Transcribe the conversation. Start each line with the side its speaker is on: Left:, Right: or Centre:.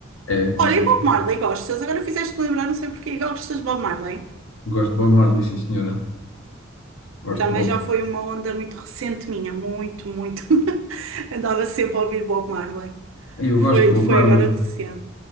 Left: É, tens
Right: Olha,
Left: todo.
Right: e Bob Marley, gostas? Agora fizeste lembrar, não sei porquê, gostas de Bob Marley?
Left: Gosto de Bob Marley, sim, senhora. Gosto
Right: Também
Left: de Bob.
Right: já foi uma onda muito recente minha, muito, muito. <laughs> Andava sempre a ouvir Bob Marley.
Left: Eu
Right: Foi,
Left: gosto de Bob
Right: foi
Left: Marley.
Right: agora recente.